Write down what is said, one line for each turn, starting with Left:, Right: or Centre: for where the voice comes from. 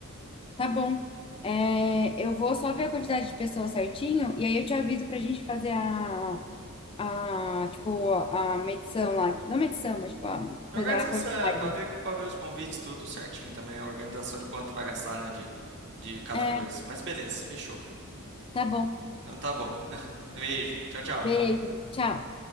Left: tá bom. É, eu vou só ver a quantidade de pessoas certinho e aí eu te aviso pra gente fazer a, a tipo, a a medição lá. Não medição, mas, tipo, a coisa,
Right: Organização,
Left: a quantidade.
Right: é, para ver, para ver os convites, tudo certinho também, a organização de quanto vai gastar, né, de, de cada
Left: É,
Right: coisa. Mas beleza, fechou.
Left: tá bom.
Right: Então tá bom. Beijo, tchau, tchau.
Left: Beijo, tchau.